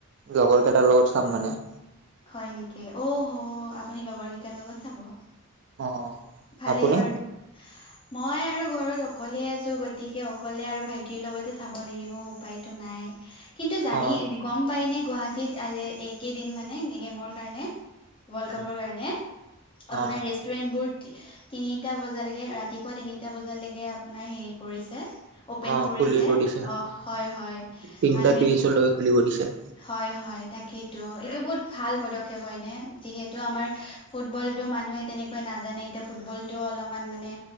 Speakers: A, on the right (about 50°); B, on the left (about 25°).
A: লগৰ কেইটাৰ লগত চাম মানে।
B: হয় নেকি অ হ আপুনি লগৰ কেইটাৰ লগত চাব।
A: অ।
B: ভালেই
A: আপুনি
B: বাৰু। মই আৰু ঘৰত অকলে আছো গতিকে অকলে আৰু ভাইটিৰ লগতে চাব লাগিব উপায় টো নাই কিন্তু জানি
A: অ
B: গম পাই নে গুৱাহাটীত আজি এইকেইদিন মানে গেমৰ কাৰণে। ৱৰ্লড
A: উম
B: কাপৰ কাৰণে আপোনাৰ
A: অ
B: ৰেষ্টুৰেন্টবোৰত তিনিটা বজালেকে ৰাতিপুৱা তিনিটা বজালেকে আপোনাৰ হেৰি কৰিছে। অপেন
A: অ
B: কৰিছে
A: খুলিব দিছে
B: অ হয় হয়
A: তিনটা
B: মানুহে
A: ত্ৰিশলৈকে খুলি দিছে।
B: হয় হয় তাকেইতো এইটো বহুত ভাল পদক্ষেপ হয় নে। যিহেতু আমাৰ ফুটবলটো মানুহে তেনেক নাজানে এতিয়া ফুটবল টোও অলপমান মানে